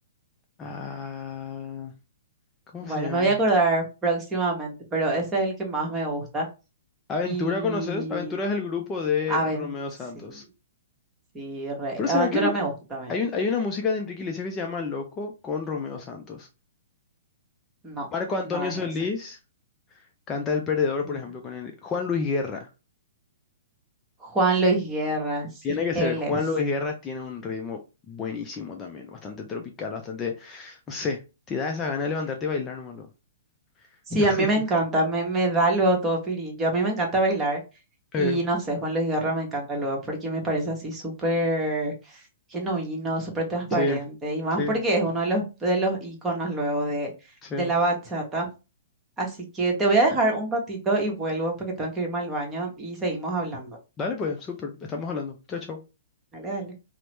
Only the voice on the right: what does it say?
Bueno,
me voy a acordar próximamente, pero ese es el que más me gusta.
Y
Aven-
sí,
sí, re-
Aventura
me gusta también.
No,
no es
ese.
Mm.
Juan Luis Guerra, sí,
él
es.
Sí,
a mí me encanta, me, me da luego todo pirín. Yo a mí me encanta bailar y
no sé, Juan Luis Guerra me encanta luego porque me parece así súper genuino, súper transparente
y más
porque es uno de los, de los íconos luego de,
de la bachata. Así que te voy a dejar un ratito y vuelvo porque tengo que irme al baño y seguimos hablando.
Sí, pues,
dale, dale.